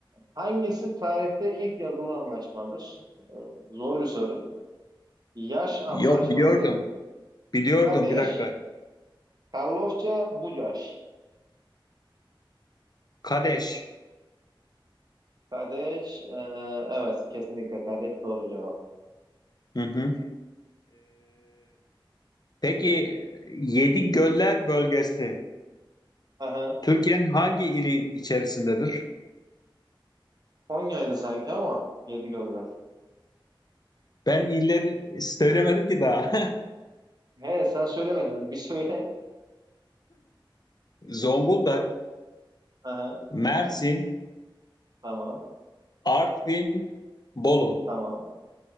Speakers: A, on the right (about 50°); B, on the left (about 50°).
A: hangisi tarihte ilk yazılı anlaşmadır? Ee, zor bir soru. Yaş anlaşması.
B: Yok biliyordum. Biliyordum
A: Kadeş,
B: bir dakika.
A: Karlofça, Bucaş.
B: Kadeş.
A: Kadeş, e, evet kesinlikle Kadeş doğru cevap.
B: Hı hı. Peki Yedi Göller bölgesi
A: Aha.
B: Türkiye'nin hangi ili içerisindedir?
A: Konya'ydı sanki ama yedi göller.
B: Ben illeri söylemedim ki daha.
A: He sen söylemedin bir söyle.
B: <laughs> Zonguldak,
A: Aha,
B: Mersin,
A: tamam
B: Artvin, Bolu.
A: tamam.